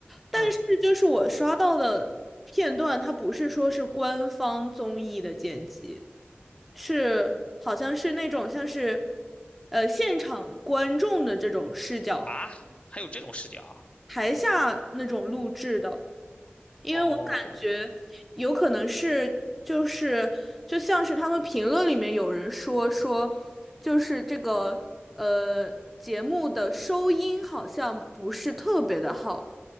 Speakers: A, in the centre; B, on the left.
A: 但是就是我刷到的片段，
B: <laughs> 嗯。
A: 它不是说是官方综艺的剪辑，是好像是那种像是，呃，现场观众的这种视角，
B: 啊，还有这种视角啊？
A: 台下那种录制的。因为我感觉有可能是就是就像是他们评论里面有人说说，
B: 哦，
A: 就是这个呃节目的收音好像不是特别的好。